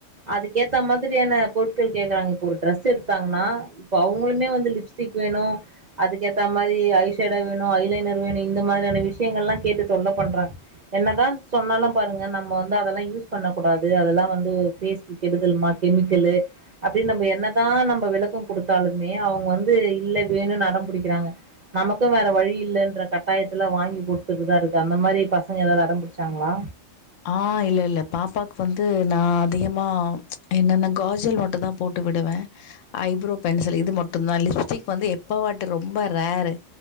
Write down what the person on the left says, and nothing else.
ஆஹ் இல்ல இல்ல பாப்பாக்கு வந்து நான் அதிகமா என்னன்ன காஜல் மட்டும் தான் போட்டு விடுவேன் ஐப்ரோ பென்சில் இது மட்டு தான் லிப்ஸ்டிக் வந்து எப்ப வாட்டு ரொம்ப ரேரு